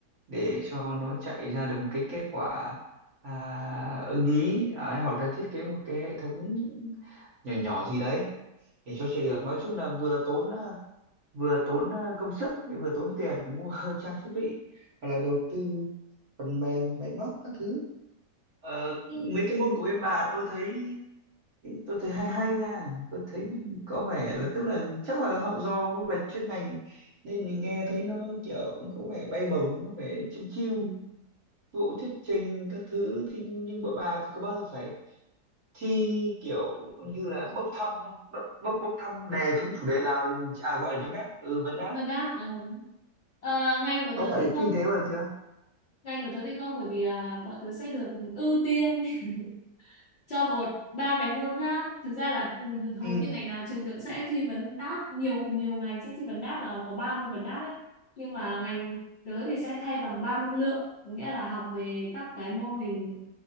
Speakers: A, on the right; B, on the left.
A: để cho nó chạy ra được một cái kết quả à, ưng ý Đấy, hoặc là thiết kế một cái hệ thống nhỏ nhỏ gì đấy để cho chạy được nói chung là vừa tốn à, vừa tốn à, công sức lại vừa tốn tiền phải mua <laughs> trang thiết bị hoặc là đầu tư phần mềm máy móc các thứ Ờ,
B: Ừ.
A: mấy cái môn của bên bà tôi thấy tôi thấy hay hay nha tôi thấy
B: Ừ.
A: có vẻ là tức là chắc là họ do lệch chuyên ngành nên mình nghe thấy nó kiểu nó có vẻ bay bổng nó vẻ chung chiêu
B: ừ.
A: vụ thuyết trình các thứ thì nhưng bọn bà thì có bao giờ phải thi kiểu như là bốc thăm không bốc bốc, bốc thăm đề chúng chủ đề nào thì mình à gọi là vấn đáp ừ vấn đáp
B: mà đáp ờ, ờ, ngành của
A: có
B: tớ
A: phải
B: thì không
A: thi thế bao giờ chưa
B: ngành của tớ thì không bởi vì là bọn tớ sẽ được ưu tiên <laughs> cho một ba cái môn khác thực ra là ừ, hầu
A: ừ
B: như ngành nào trường tớ cũng sẽ thi vấn đáp nhiều nhiều ngành sẽ thi vấn đáp là có ba môn vấn đáp ấy nhưng mà ngành tớ thì sẽ thay bằng ba môn lượng có nghĩa là học về các cái mô hình